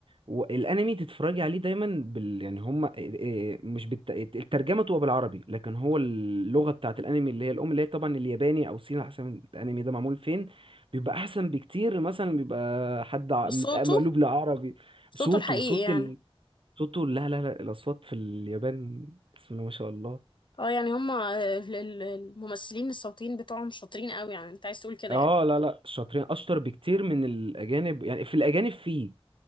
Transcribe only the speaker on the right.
والانمي تتفرجي عليه دايما بال يعني هم آه، آه، مش بالت... الترجمه تبقى بالعربي لكن هو اللغه بتاعت الانمي اللي هي الام اللي هي طبعا الياباني او الصيني على حسب الانمي ده معمول فين بيبقى احسن بكتير مثلا بيبقى حد ع-
مت- مقلوب لعربي صوته
صوت
ال... صوته لا لا لا الاصوات في اليابان بسم الله ما شاء الله
اه
لا لا شاطرين اشطر بكتير من الاجانب يعني في الاجانب فيه